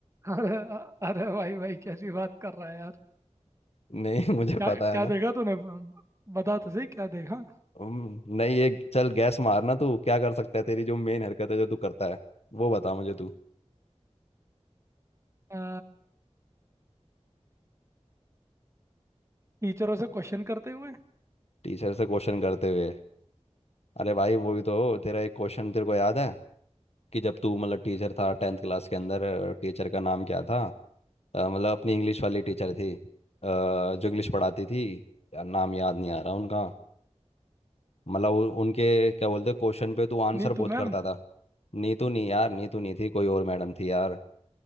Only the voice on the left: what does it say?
नहीं <laughs> मुझे
पता
है ना
हम्म, नहीं ये चल गैस मारना तू क्या कर सकता है तेरी जो मेन हरकत है जो तू करता है वो बता मुझे तू
टीचर से क्वेश्चन करते हुए अरे भाई वही तो तेरा एक क्वेश्चन तेरे को याद है कि जब तू मतलब टीचर था टेंथ क्लास के अंदर टीचर का नाम क्या था अ, मतलब अपनी इंग्लिश वाली टीचर थी अ, जो इंग्लिश पढ़ाती थी यार नाम याद नहीं आ रहा उनका मतलब उ- उनके क्या बोलते क्वेश्चन पे तू आंसर
बहुत
करता था नीतू नहीं यार नीतू नहीं थी कोई और मैडम थी यार